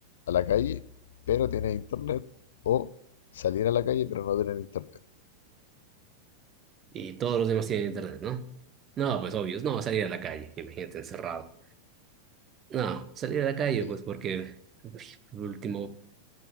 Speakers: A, on the left (about 60°); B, on the right (about 30°).
A: a la calle, pero tener internet? ¿O salir a la calle, pero no tener internet?
B: y todos los demás tienen internet, ¿no? No, pues obvio, no, salir a la calle, imagínate encerrado. No, salir a la calle,
A: Sali-
B: pues porque por último,